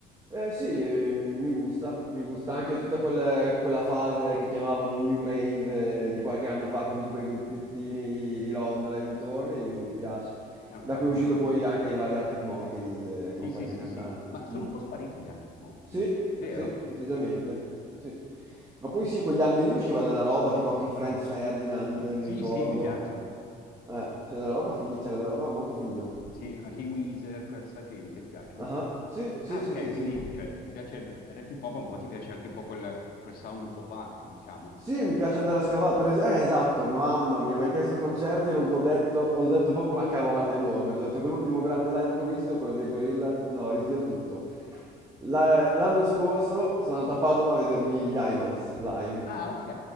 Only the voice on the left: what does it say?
Ah, Ok,
sì,
sì, sì,
sì. Ma sono
un po' spariti gli Arctic Monkeys,
vero?
Sì,
sì,
sì, mi piacciono.
Sì, anche i Weezer, questa gente, ti piacciono?
Ah,
ok,
quindi cioè, ti piace il rap hip hop, un po' ti piace anche un po' quel, quel sound un po' punk, diciamo.
Ah, ok.